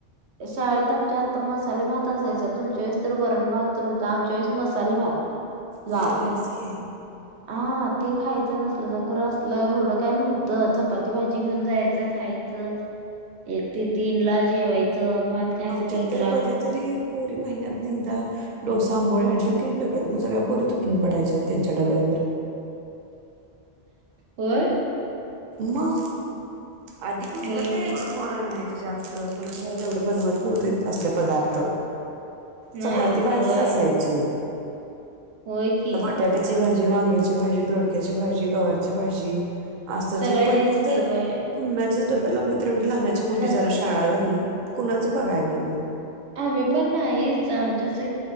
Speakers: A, on the right; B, on the right.
A: शाळेत आमच्या आता मसाले भात असायचा तुमच्या वेळेस तर वरण भात तर होता आमच्या वेळेस मसाले भात! लाल
B: वई भारीच की
A: हा ते खायचं नसल तर खर असलं एवढं काय नव्हतं चपाती भाजी घेऊन जायचं खायचं एक ते तीन ला जेवायचं. भात खायच
B: आमच्यात
A: तीन
B: तर
A: ला.
B: कधीतरी पोरी महिन्यातन एकदा डोसा आंबोळे आणलेत की डब्यात ना सगळ्या पोर तुटून पडायच्या त्यांच्या डब्यावर!
A: होय
B: म आधी कुठलं
A: होय
B: काय
A: की
B: एवढं कोरा नाही. जास्त कोणाच्या घरात एवढं बनवत नव्हते असले पदार्थ.
A: नाहीच
B: चपाती
A: की
B: भाजीच
A: होय
B: असायची.
A: होय की
B: टाट्याची भाजी जी वांग्याची- भाजी दोडक्याची -भाजी गववरची- भाजी. असच
A: सगळे
B: हे पण
A: हेच
B: तर
A: की होय
B: कु्हाच. तब्बलम. एवढी लहानाची मोठी
A: नसायचे
B: लू शाळा झाली. कुणाच बघाय नाही मी.
A: आम्ही पण नाहीच आमच्या स